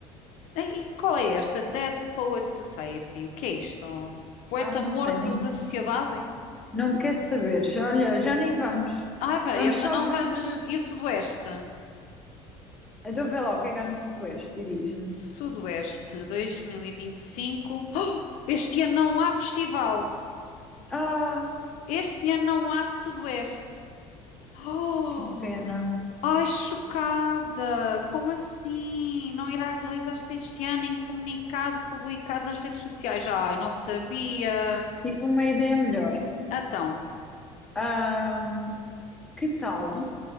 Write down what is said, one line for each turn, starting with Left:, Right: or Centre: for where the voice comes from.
Left: E e qual é esta? Dead Poet Society. O que é isto? Poeta
Centre: ai não
Left: morto
Centre: sei, nem,
Left: da sociedade?
Centre: não quer saber. Já, olha, já nem vamos.
Left: Ai, vai,
Centre: Vamos
Left: esta
Centre: só
Left: não
Centre: ver.
Left: vamos.
Centre: eh,
Left: E o Sudoeste?
Centre: Então vê lá o que é que há no Sudoeste e diz-me:
Left: Sudoeste 2025. Oh, este ano não há festival.
Centre: Ah,
Left: Este ano não há Sudoeste. Oh!
Centre: que pena,
Left: Ai, chocada! Como assim? Não irá realizar-se este ano em comunicado publicado nas redes sociais? Ai, não sabia.
Centre: tive uma ideia melhor.
Left: Então,
Centre: Ah, que tal?